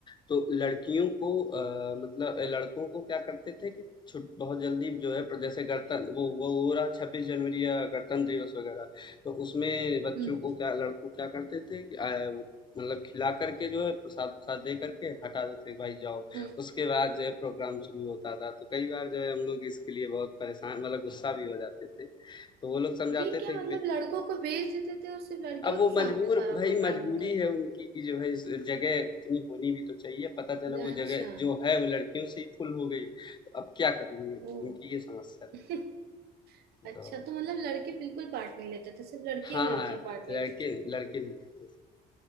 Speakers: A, on the left; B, on the right.
A: तो लड़कियों को अ, मतलब अ, लड़कों को क्या करते थे कि छुट बहुत जल्दी जो है, पर जैसे गणतंत्र वो वो हो रहा 26 जनवरी या गणतंत्र दिवस वगैरह, तो उसमें बच्चों
B: हम्म
A: को क्या लड़कों को क्या करते थे कि अ, वो मतलब खिला करके जो है प्रसाद-वसाद दे करके हटा देते थे, भाई जाओ।
B: हम्म।
A: उसके बाद जो है प्रोग्राम शुरू होता था, तो कई बार जो है हम लोग इसके लिए बहुत परेशान मतलब गुस्सा भी हो जाते थे। तो वो लोग समझाते
B: ये क्या
A: थे
B: मतलब
A: कि
B: लड़कों को भेज देते थे और सिर्फ लड़कियों
A: अब वो
B: के सामने
A: मजबूर
B: सारा
A: भाई
B: प्रोग्राम
A: मजबूरी
B: होता था
A: है उनकी कि जो है इस जगह उतनी होनी भी तो चाहिए पता चला वो
B: अच्छा
A: जगह जो है वो लड़कियों से ही फुल हो गई तो अब क्या करेंगे उनकी
B: ओ
A: ये समस्या थी
B: <laughs> अच्छा
A: तो
B: तो मतलब लड़के बिल्कुल पार्ट नहीं लेते थे सिर्फ लड़कियां
A: हाँ
B: ही लड़कियां पार्ट
A: लड़के
B: लेती थी
A: लड़के नहीं लेते